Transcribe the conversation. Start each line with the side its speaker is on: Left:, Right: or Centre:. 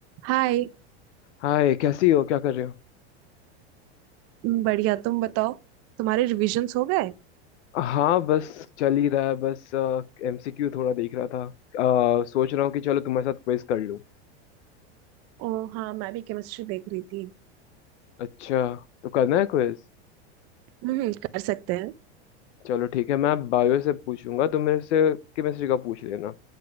Right: हाय
Left: हाय कैसी हो क्या कर रहे हो
Right: बढ़िया तुम बताओ तुम्हारे रिविजन्स हो गए
Left: हाँ बस चल ही रहा है बस एमसीक्यू थोड़ा देख रहा था अ, सोच रहा हूँ कि चलो तुम्हारे साथ क्विज कर लूँ
Right: ओ हाँ मैं भी केमिस्ट्री देख रही थी
Left: अच्छा तो करना है क्विज
Right: हम्म कर सकते हैं
Left: चलो ठीक है मैं बायो से पूछूंगा तुम मेरे से केमिस्ट्री का पूछ लेना